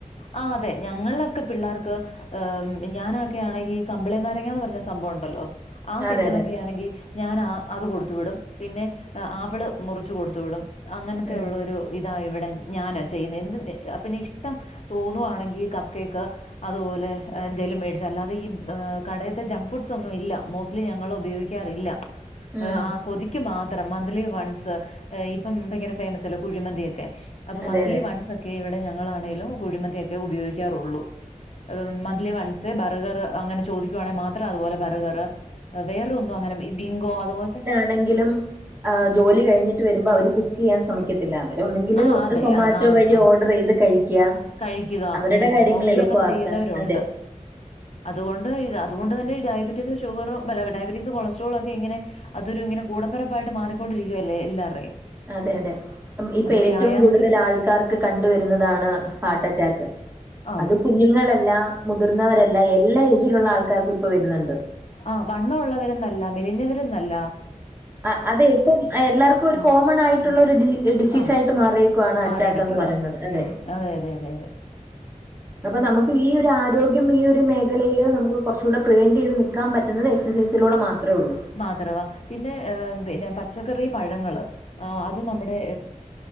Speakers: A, on the left; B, on the right.
A: ആഹ് അതെ ഞങ്ങളൊക്കെ പിള്ളേർക്ക് ഉം - ഞാനൊക്കെ ആണെങ്കിൽ കമ്പിളി നാരങ്ങന്ന് പറഞ്ഞ സംഭവയുണ്ടല്ലോ, ആ
B: അതെ
A: സീസൺ
B: അതെ
A: ഒക്കെ ആണെങ്കിൽ- ഞാന് ആ അത് കൊടുത്തു വിടും പിന്നെ ആപ്പിള് മുറിച്ചു കൊടുത്തു വിടും അങ്ങനത്തെയൊള്ളോരു
B: ഉം
A: - ഇതാ ഇവിടെ ഞാനാ ചെയ്യുന്നേ എന്നും പിന്നെ ഇഷ്ട്ടം - തോന്നുവാണെങ്കിൽ കപ്പ് കേക്ക് അതുപോലെ- എന്തേലും മേടിച്ചും അല്ലാതെ ഈ കടത്തെ ജങ്ക് ഫുഡ്സ് ഒന്നും ഇല്ല, മോസ്റ്റ്ലി ഞങ്ങൾ ഉപയോഗിക്കാറില്ല.
B: ഉം
A: ആഹ് ആ കൊതിക്ക് മാത് ത്രം മന്ത്‌ലി വൺസ് ഇപ്പൊ ഭയങ്കര ഫേമസല്ലേ കുഴിമന്തിയൊക്കെ അപ്പോ
B: അതെ
A: മന്ത്‌ലി
B: അതെ
A: വൺസ് - മുൻപൊക്കെ ഇവിടെ ഞങ്ങളാണെലും കുഴിമന്തിയൊക്കെ ഉപയോഗിക്കാറുള്ളു. Monthly once. സ് ബറ്ഗ്ഗർ അങ്ങനെ ചോദിക്കുവാണെൽ മാത്രം അതുപോലെ ബറ്ഗർ- വേറൊന്നും അങ്ങനെ ഈ ബിങ്കോ അതുപോലത്തെ-
B: എവിടെങ്കിലും ജോലി കഴിഞ്ഞിട്ട് വരുമ്പോ അവര് കുക്ക്- ക്ക് ചെയ്യാൻ ശ്രമിക്കത്തില്ല, അവര് ഒന്നെങ്കിൽ
A: ആ അതെ
B: സൊമാറ്റോ
A: ആ ആ
B: വഴി
A: ആ
B: ഓർഡർ ചെയ്ത് കഴിക്കുക.
A: കഴിക്കുക
B: അവരുടെ
A: ഉം
B: കാര്യങ്ങൾ
A: മോസ്റ്റ്ലി
B: എളുപ്പമാക്ക
A: അങ്ങനെ ചെയ്യുന്നവരുണ്ട്
B: അതെ
A: അതുകൊണ്ട് അതുകൊണ്ട് തന്നെ ഡയബറ്റീസും ഷുഗറും ഡയബറ്റീസും കൊളസ്ട്രോള ഒക്കെ ഇങ്ങനെ- അതൊരു ഇങ്ങനെ കൂടപിറപ്പായിട്ട് മാറിക്കൊണ്ടരിക്കുകയല്ലേ എല്ലാം
B: അതെ അതെ ഇപ്പോ ഏറ്റവും
A: വ്യായാമത്തിലൂടെ
B: കൂടുതൽ ആൾക്ക കാർക്ക് കണ്ട് വരുന്നതാണ് ഹാർട്ട് അറ്റാക്ക്
A: ആ, അതെ
B: അത്- കുഞ്ഞുങ്ങളല്ല മുതിർന്നവരല്ല എല്ലാ ഏജിലുള്ള ആൾക്കാർക്കും ഇപ്പോ വരുന്നുണ്ട്.
A: ആഹ് വണ്ണമുള്ളവരല്ല, മെലിഞ്ഞവരന്നല്ല-
B: ആഹ് അതെ ഇപ്പം എല്ലാവർക്കും ഒരു
A: ആ
B: കോമൺ ആയിട്ടുള്ള
A: ഉം.
B: ഒരു ഡി ഡിസീസ്
A: ആ
B: ആയിട്ട് മാറിയേക്കുവയാണ്- അറ്റാക്ക്
A: മാറിയിരിക്കുവാ
B: എന്ന് പറയുന്നത് അതെ.
A: ഉം അതെ അതെ അതെ അതെ
B: അപ്പോ നമുക്ക് ഈ ഒരു ആരോഗ്യം ഈ ഒരു മേഖലയില് നമുക്ക് കൊറച്ചൂടെ കൂടെ പ്രിവെന്റ് ചെയ്ത് നിൽക്കാൻ പറ്റുന്നത്. എക്സസൈസിലൂടെ മാത്രേള്ളൂ.
A: മാത്രമാ പിന്നെ പിന്നെ പച്ചക്കറി പഴങ്ങള് അത് നമ്മുടെ